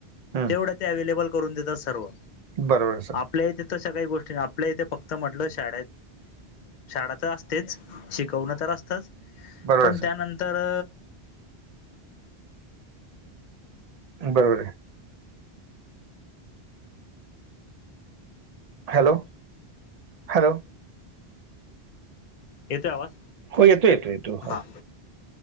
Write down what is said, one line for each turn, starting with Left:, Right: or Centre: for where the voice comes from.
Right: हम्म.
Left: तेवढ्या ते अवे्लेबल करून देतात सर्व.
Right: बरोबर सर.
Left: आपल्या इथे तशा काही गोष्टी नाही आपल्या इथे फक्त म्हटलं शाळेत. शाळा तर असतेच शिकवणं तर असतच
Right: बरोबर
Left: पण
Right: आहे
Left: त्यानंतर.
Right: बरोबर आहे. Hello hello.
Left: येतोय आवाज?
Right: हो येतो येतो येतो. <unintelligible>
Left: हा